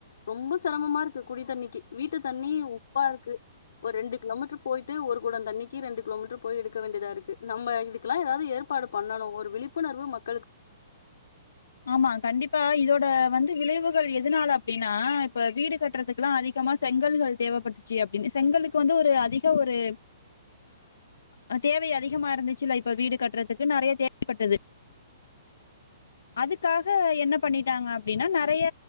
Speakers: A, on the left; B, on the left.
A: ரொம்ப சிரமமா இருக்கு குடி தண்ணிக் கி வீட்டு தண்ணி உப்பா இருக்கு ஒரு ரெண்டு கிலோமீட்ரு போயிட்டு ஒரு கொடோ தண்ணிக்கு ரெண்டு கிலோமீட்டர் போய் எடுக்க வேண்டியதா இருக்கு நம்ம இதுக்கெல்லா ஏதாவது ஏற்பாடு பண்ணணு ஒரு விழிப்புணர்வு மக்
B: ஆமா கண்டிப்பா இதோட வந்து விளைவுகள் எதுனால அப்டின்னா இப்ப வீடு கட்டுறதுக்குல்லா அதிகமா செங்கல்கள் தேவைப்பட்டுச்சு அப்டின்னு செங்கலுக்கு வந்து ஒரு அதிக ஒரு ஆ தேவ அதிகமா இருந்துச்சுல்ல இப்ப வீடு கட்டுறதுக்கு நறய தேவைப்பட்டது அதுக்காக என்ன பண்ணிட்டாங்க அப்டின்னா நறய